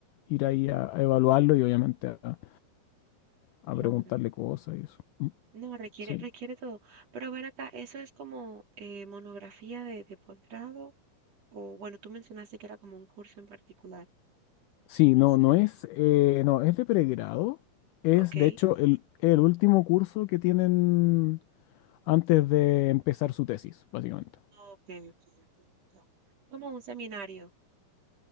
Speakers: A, on the left; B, on the right.
A: ir ahí a, a evaluarlo y obviamente a, a
B: claro.
A: preguntarle cosas y eso. Mm,
B: No, requiere,
A: Sí.
B: requiere todo. Pero ver acá, ¿eso es como eh, monografía de, de posgrado? O bueno, tú mencionaste que era como un curso en particular,
A: Sí,
B: o no
A: no,
B: sé.
A: no es, eh, no, es de pregrado. Es
B: Ok.
A: de hecho el, el último curso que tienen antes de empezar su tesis, básicamente.
B: Ok, ok, ok, ya. Como un seminario.